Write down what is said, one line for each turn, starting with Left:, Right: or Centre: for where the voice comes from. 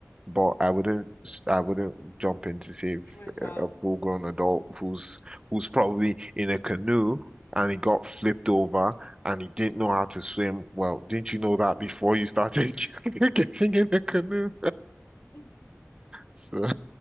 Right: but I wouldn't s- I wouldn't jump in to save
Left: you wouldn't stop.
Right: a a full-grown adult who's who's probably in a canoe and he got flipped over and he didn't know how to swim. Well, didn't you know that before you started <laughs> getting in the canoe?
Left: <laughs>
Right: So